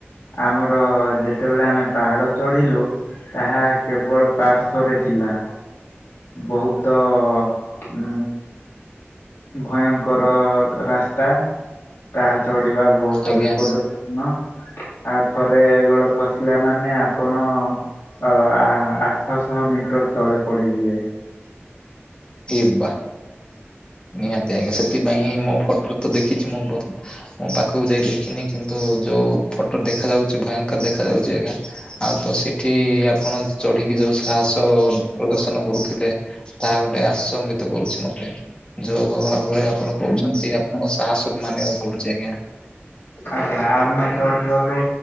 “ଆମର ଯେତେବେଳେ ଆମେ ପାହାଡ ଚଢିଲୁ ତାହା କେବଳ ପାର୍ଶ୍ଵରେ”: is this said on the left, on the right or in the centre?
Left